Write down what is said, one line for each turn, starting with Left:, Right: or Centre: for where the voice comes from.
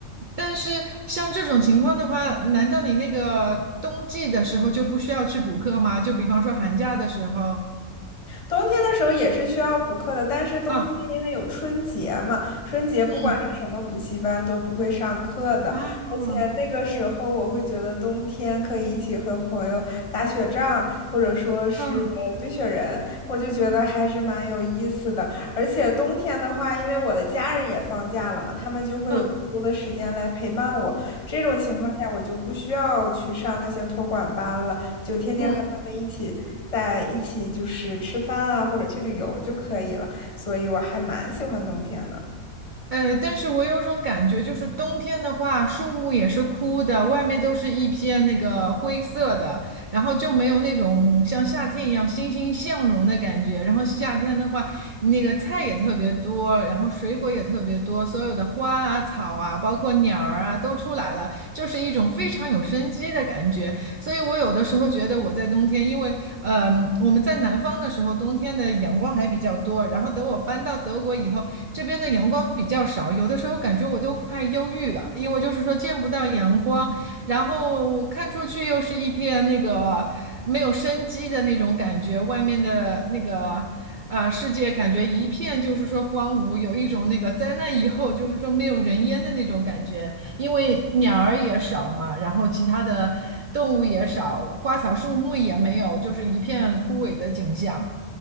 Right: 但是像这种情况的话，难道你那个冬季的时候就不需要去补课吗？就比方说寒假的时候，
Left: 冬天的时候也是需要补课的，但是冬天因为有春节嘛，
Right: 啊，
Left: 春节不管是什么补习班都不会上课的，
Right: 嗯啊嗯
Left: 而且那个时候我会觉得冬天可以一起和朋友打雪仗，或者说是呃堆雪人，
Right: 嗯
Left: 我就觉得还是蛮有意思的。而且冬天的话，因为我的家人也放假了嘛，他们就会有更多的时间来陪伴我。
Right: 嗯
Left: 这种情况下，我就不需要去上那些托管班了，就天天和他们一起在一起，
Right: 嗯。
Left: 就是吃饭啊，或者去旅游就可以了。所以我还蛮喜欢冬天的。
Right: 呃，但是我有种感觉，就是冬天的话，树木也是枯的，外面都是一片那个灰色的，然后就没有那种像夏天一样欣欣向荣的感觉。然后夏天的话，那个菜也特别多，然后水果也特别多，所有的花啊、草啊，包括鸟儿啊都出来了，就是一种非常有生机的感觉。所以我有的时候觉得我在冬天，因为嗯，我们在南方的时候，冬天的阳光还比较多。然后等我搬到德国以后，这边的阳光比较少，有的时候感觉我都快忧郁了，因为就是说见不到阳光，然后看出去又是一片那个没有生机的那种感觉，外面的那个啊、世界感觉一片就是说荒芜，有一种那个灾难以后就是说没有人烟的那种感觉。因为鸟儿也少嘛，然后其他的动物也少，花草树木也没有，就是一片枯萎的景象。